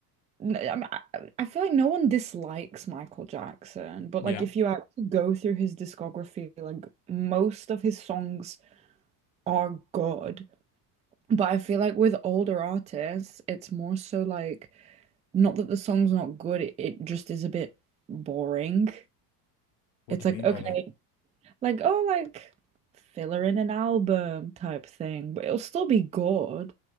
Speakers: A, on the right (about 15°); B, on the left (about 50°).
A: n- I, mean, I I feel like no one dislikes Michael Jackson, but
B: yeah.
A: like if you actually go through his discography, like most of his songs are good. But I feel like with older artists, it's more so like not that the song's not good, it, it just is a bit boring.
B: What
A: It's
B: do you
A: like,
B: mean
A: okay,
B: by that?
A: Like, oh, like filler in an album type thing, but it'll still be good.